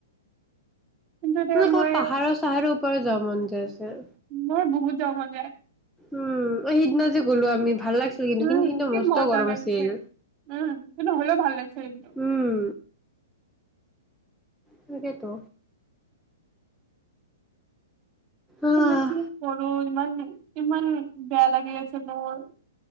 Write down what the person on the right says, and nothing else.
কিন্তু দে
মই
মোৰ বহুত যাব মন যায়।
উম
কি
মজা
লাগিছে
উম, কিন্তু হ'লেও ভাল লাগছিল একদম।
তুমি কি ক'ৰ ইমান ইমান বেয়া লাগি আছে মোৰ।